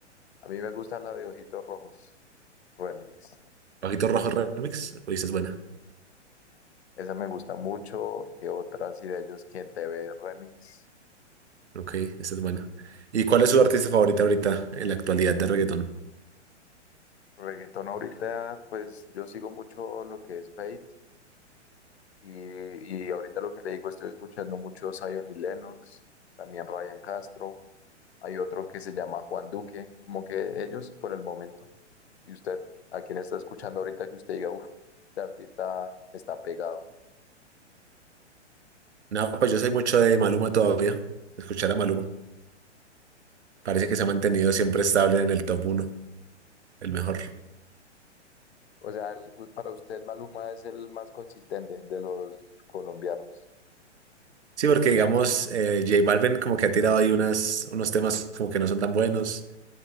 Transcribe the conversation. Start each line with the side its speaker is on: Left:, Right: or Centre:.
Left: A mí me gusta la de Ojitos Rojos Remix.
Right: Ojito Rojo Remix. Uy, esa es buena.
Left: Esa me gusta mucho. ¿Qué otras? Y de ellos, ¿Quién te ve? Remix.
Right: Ok, esa es buena. ¿Y cuál es su artista favorita ahorita en la actualidad de reggaetón?
Left: Reggaetón ahorita, pues yo sigo mucho lo que es Fate. Y, y ahorita lo que le digo, estoy escuchando mucho Zion y Lennox, también Ryan Castro. Hay otro que se llama Juan Duque, como que ellos por el momento. ¿Y usted, a quién está escuchando ahorita que usted diga, uff, este artista está pegado?
Right: No, pues yo soy mucho de Maluma todavía. Escuchar a Maluma. Parece que se ha mantenido siempre estable en el top uno el mejor.
Left: O sea, el- para usted Maluma es el más consistente de los colombianos.
Right: Sí, porque digamos, eh, J Balvin como que ha tirado ahí unas, unos temas como que no son tan buenos,